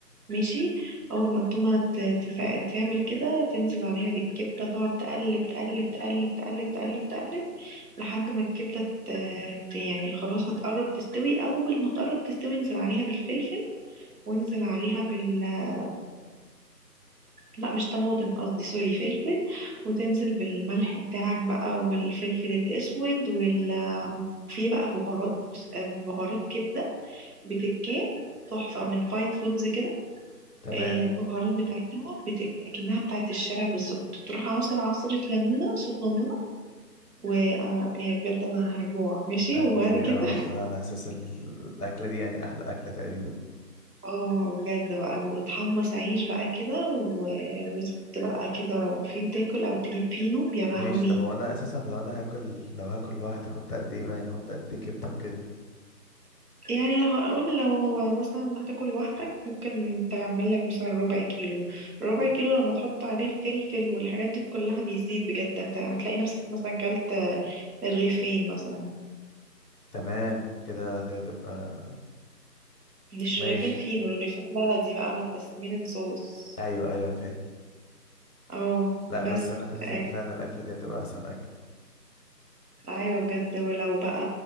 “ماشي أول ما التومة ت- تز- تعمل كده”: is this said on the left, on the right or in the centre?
Right